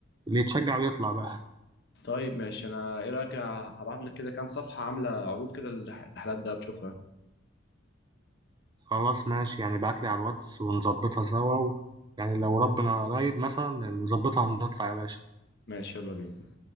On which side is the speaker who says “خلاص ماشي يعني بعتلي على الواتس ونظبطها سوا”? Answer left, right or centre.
Right